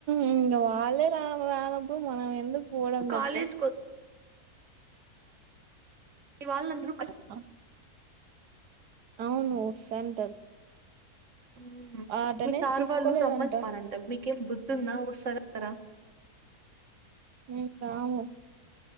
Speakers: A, on the right; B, on the right.
A: ఇంకా వాళ్ళలే రా రానప్పుడు మనం ఎంత పోవడంచెప్పు
B: కాలేజ్ కొ వాళ అందరు
A: ఆ అవును షన్
B: ఉమ్
A: ఆ అటెండెన్స్
B: మీ సార్
A: తీసుకోలేదంట
B: వాళ్ళు రమ్మనిప్పనంటే మీకు ఎమ్ బుధిఉంధా వస్త్రార రారా
A: నేను రాను